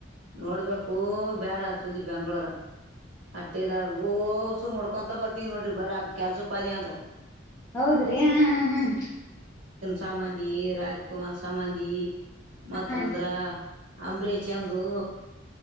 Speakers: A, on the right; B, on the left.
A: ನೋಡ್ಬೇಕು ಬೇಡ ಸುದ್ದಿ ಬೆಂಗ್ಳೂರ ಅಟ್ಟೆದಾವ್ರ ಓಸು ನೋಡ್ಕೊಂತ ಬರ್ತವಿ ನೋಡ್ರಿ ಬರಕ್ ಕೆಲ್ಸಕ್ ಹೋತ್ರ ಅಂದ್ರ.
B: ಹೌದ್ರಿ ಹ ಹ್ಮ್
A: ಸಮಾಧಿ ರಾಜಕುಮಾರ್ ಸಮಾಧಿ! ಮತ್ತಂದ್ರ
B: ಹಾ ರೀ
A: ಅಂಬರೀಷ್ ಚಂದು